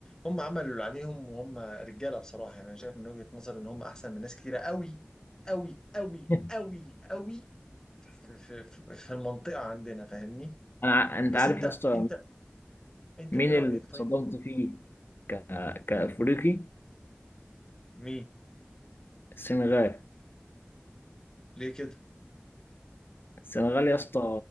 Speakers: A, on the left; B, on the left.
A: هم عملوا اللي عليهم وهم رجالة بصراحة يعني انا شايف من وجهة نظري ان هم احسن من ناس كتيرة قوي قوي قوي
B: <laughs>
A: قوي قوي في في في في المنطقة عندنا فاهمني
B: انا ع- انت
A: بس
B: عارف
A: انت
B: يا اسطى
A: انت انت
B: مين
A: ايه رأيك
B: اللي
A: طيب
B: صدمت
A: في-
B: فيه ك... كأفريقي
A: مين
B: السنغال
A: ليه كده
B: السنغال يا اسطى